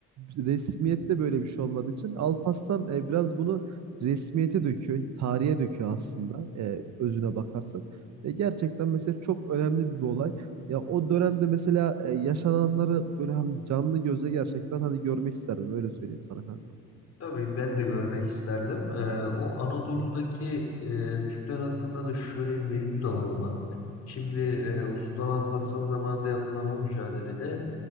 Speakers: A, on the right; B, on the left.
A: e, resmiyette böyle bir şey olmadığı için Alparslan e, biraz bunu resmiyete döküyor, tarihe döküyor aslında e, özüne bakarsak. E, gerçekten mesela çok önemli bir olay. Ya o dönemde mesela e, yaşananları böyle hani canlı gözle gerçekten hani görmek isterdim öyle söyleyeyim sana kanka.
B: Tabii ben de görmek isterdim. Ee, o Anadolu'daki e, Türkler hakkında da şöyle bir mevzu da var ama. Şimdi e, o Sultan Alparslan zamanında yapılan o mücadelede